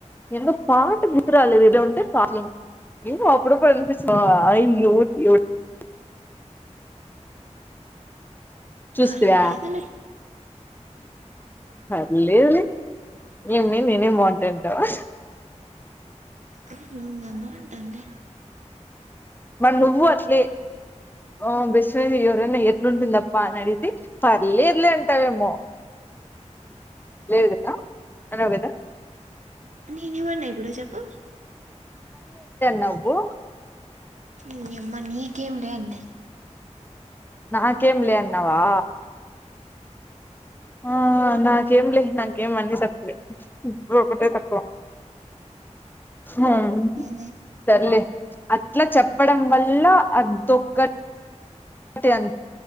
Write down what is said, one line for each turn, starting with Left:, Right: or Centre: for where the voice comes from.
Left: ఏందో పాటు గుర్తురాలేదు ఏదో ఉంటే పాటల్ ఏమో అప్పుడప్పుడు అనిపిస్తా అయినూర్ <unintelligible> చూస్తివా
Right: పర్లేదులే
Left: పర్లేదులే ఏం మే నేనే బాంటా అంటావా
Right: ఉమ్ నేన్ ఆ మాటా అన్లా
Left: మళ్ళ నువ్వు అట్లే ఆ బేస్ తీ ఎవరన్న ఎట్లుంటుందప్ప అని అడిగితే పర్లేదులే అంటావేమో లేదు కదా అనవు కదా
Right: నిలువన్న ఎప్పుడో చెప్పు
Left: నవ్వు
Right: నీ అమ్మ నీకేంలే అన్న
Left: నాకేంలే అన్నావా ఆ నాకేం లే నాకేం అన్ని తక్కువలే ఇ ఒకటే తక్కువ హుమ్
Right: ఏంది
Left: సర్లే అట్లా చెప్పడం వల్ల అద్దొక్క తేన్